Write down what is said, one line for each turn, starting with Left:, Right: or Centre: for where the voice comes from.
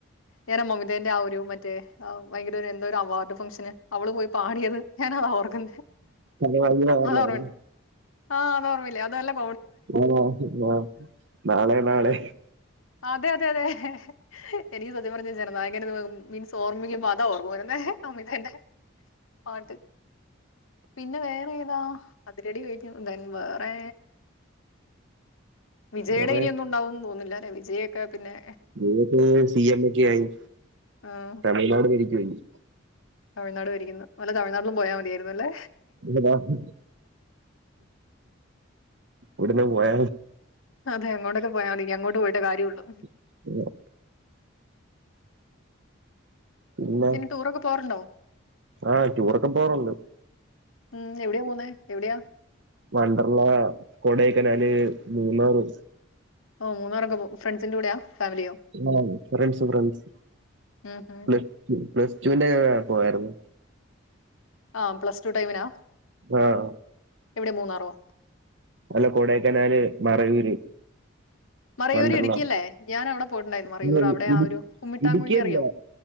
Left: നേറെ മമിതേന്റെ ആ ഒരു മറ്റേ ഭയങ്കര ഒരു എന്തോ ഒരു അവാർഡ് ഫംഗ്ഷന് അവള് പോയി പാടിയത് ഞാന് അത് ഓർക്കുന്ന
Right: ഭയങ്കര വൈറലായിരുന്നു
Left: അതോർമ്മട്. ആഹ്ത് ഓമ്മമല്ല അതെല്ലം.
Right: ആ ആഹ നാളെ നാളെ
Left: അതെ അതെ അതെ അതെ എനിക്ക് ചദ്യം പറഞ്ഞ ജനനായകൻ മീൻസ് ഓർമ്മിക്കുമ്പോ അതാ ഓർമ്മുന്നെ അമിതന്റെ അത് പിന്നെ വേറെ ഏതാ അതിരടി കഴിഞ്ഞു ദെൻ വേറെ വിജയുടെ
Right: <inaudible>
Left: ഇനിയൊന്നും ഉണ്ടാവും തോന്നുന്നില്ല അല്ലെ വിജയൊക്കെ പിന്നെ
Right: വറെ സി എം എക്കെ ആയി.
Left: ആഹ്
Right: തമിഴ്നാട് ഭരിച്ചുകഴിഞ്ഞു
Left: തമിഴ്നാട് വരിക്കുന്നു വലതമിഴ്നാടിലോം പോയാൽ മതിയിരുന്നു. അല്ലെ
Right: ഇല്ല ട ഉടനെ പോയ
Left: അതെ അങ്ങോട്ടൊക്കെ പോയാമതി ഇനി അങ്ങോട്ട് പോയിട്ട് കാര്യള്ളു.
Right: <inaudible> ഇല്ല
Left: പിന്നെ ടൂറൊക്കെ പോകാറുണ്ടോ
Right: ആ ടൂർ ഒക്കൊ പോറുണ്ട്.
Left: ഉം എവിടെ പോകുന്ന എവിടെയാ
Right: വണ്ടർള, കൊടയൊക്കെനല്, മീന്നറ്.
Left: ഓ മൂന്നാർ ഫ്രിണ്ട്സിന്റെ കൂടെയാ ഫാമിലിയോ?
Right: ആഹ് ഫ്രണ്ട്സ് ഫ്രണ്ട്സ്
Left: ഉം ഉം
Right: പ്ലസ് പ്ലസ്ടുവിന്റെ പോയായിരുന്നു.
Left: ആ പ്ലസ് ടു ടൈമിനാ
Right: ആഹ്
Left: എവിടെ മൂന്നാറോ
Right: അല്ല കൊടേക്കേനാല് മറയൂര്.
Left: മറയൂർ
Right: വണ്ടർലാ
Left: ഇടുക്കിയല്ലേ ഞാൻ അവിടെ പോയിട്ടുണ്ടായിരുന്നു മറയൂർ
Right: ഇല്ല ഇ
Left: അവിടെ
Right: ഇടി
Left: ആ ഒരു കുമ്മിട്ടാങ്കുഴി
Right: ഇടുക്കി അല്ല.
Left: അറിയോ